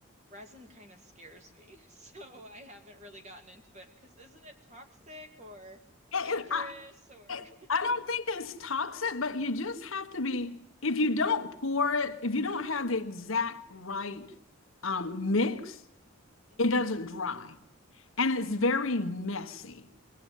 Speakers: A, on the right; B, on the left.
A: Resin kind of scares me, <laughs> so I haven't really gotten into it because isn't it toxic or
B: It,
A: dangerous
B: it, I,
A: or
B: it,
A: <laughs>
B: I don't think it's toxic, but you just have to be, if you don't pour it, if you don't have the exact right um, mix,
A: hmm
B: it doesn't dry and it's very
A: Oh.
B: messy.